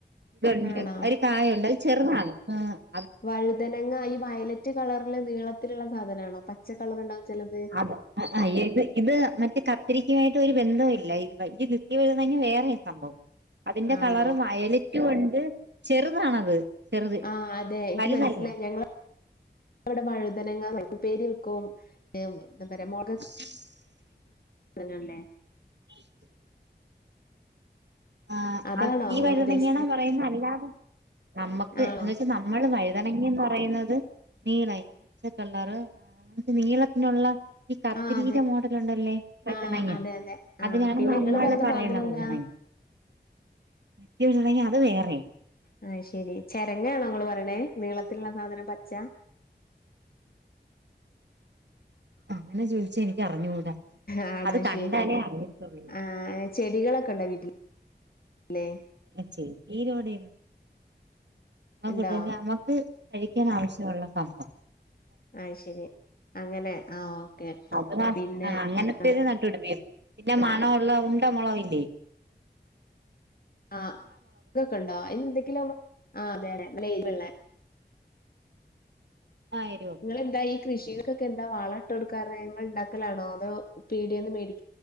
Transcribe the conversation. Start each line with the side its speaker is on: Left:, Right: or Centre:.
Right: ഇത്ണ്ട്
Left: ആണോ
Right: ഒരു കായുണ്ട് അത് ചെറുതാണ് ആ
Left: വഴുതനങ്ങ ഈ വയലറ്റ് കളറില് നീളത്തിലുള്ള സാധന ആണോ പച്ച കളർ ഉണ്ടാവും ചിലത്
Right: അത ഇത് ഇത് മറ്റേ കത്തിരിക്കുമായിട്ട് ഒരു ബന്ധവും ഇല്ല ഈ നിത്യ വഴുതഞങ്ങ വേറെ സംഭവം അതിന്റെ
Left: ആണോ?
Right: കളർ വയലറ്റും ഉണ്ട് ചെറുതാണത് ചെറുത്
Left: ആ് അതെ എനിക്ക്
Right: വലുതല്ല
Left: മനസ്സിലായി ഞങ്ങ ഇവിടെ വഴുതനങ്ങ ഇപ്പേരി വെക്കും എന്താ പറയാ മുള
Right: <unintelligible>
Left: വഴുതന ല്ലേ
Right: <inaudible> ആ്
Left: അതാണോ
Right: അ ഈ
Left: ഇങ്ങളുദ്ദേശിച്ചെ?
Right: വയുതണങ്ങണെ പറയുന്ന അല്ലാതെ നമ്മുക്ക്
Left: ആണോ?
Right: എ വെച്ചാ നമ്മള് വഴുതണങ്ങിന്ന് പറയുന്നത് നീളായി പച്ചക്കള്ളർ ഇദ് നീളത്തിനുള്ള ഈ കത്രീത
Left: ആഹ് അതെ.
Right: മോഡൽ ഉണ്ടല്ലേ വായുതന
Left: ആഹ് അതെ അതെ. ആഹ്
Right: അതിനാണ്
Left: പിന്നെ
Right: നമ്മൾ
Left: ഇങ്ങള് പറഞ്ഞ
Right: പറയുന്ന
Left: സാധനെന്താ?
Right: വയുതനങ്ങ നിത്യ വായുതന അത് വേറെയാണ്
Left: ആഹ ശെരി ചരങ്ങണെ നിങ്ങൾ പറയണേ നീളത്തിലുള്ള സാധനം പച്ച
Right: അങ്ങനെ ചോദിച്ചാ എനിക്ക് അറിഞ്ഞുകൂടാ
Left: ആണാ
Right: അത് കണ്ടാലേ
Left: ശരി എന്നാ
Right: അറിയത്തുള്ളൂ
Left: ആഹ ചെടികളൊക്കെ ഉണ്ടോ വീട്ടിൽല്ലെ
Right: ചെടി ഈരോടെ കട്ടന്നെ
Left: ഇണ്ടോ?
Right: നമ്മക്ക് കഴിക്കാൻ ആവശ്യമുള്ള കപ്പ
Left: ആ ശരി അങ്ങനെ ആഹ ഓക്കെ
Right: അത്
Left: പിന്നെ
Right: ആഹ് അങ്ങനത്തേത്
Left: ആ
Right: നട്ടുപിടിപ്പിക്കും പിന്നെ മണ ഉള്ള ഉണ്ട മുളക് ഇല്ലേ
Left: ആ് അതൊക്കെ ഉണ്ടോ അയ്ന് എന്തെങ്കിലും ആ അതെന്നെ ലൈവ് ഇള്ളെ..
Right: ആയിരോ
Left: എന്താ ഈ കൃഷക്കെ എന്താ വാള ഇട്ട കൊടുക്കാർ നിങ്ങൾ ഇണ്ടാക്കലാണോ അതോ പിടിയന്ന് മേടി